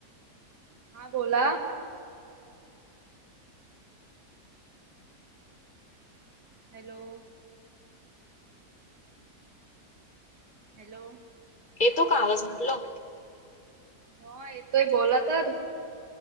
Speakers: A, on the right (about 85°); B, on the left (about 30°).
A: हा बोला? हॅलो, हॅलो,
B: येतो का आवाज म्हटलं.
A: हा येतोय बोला तर.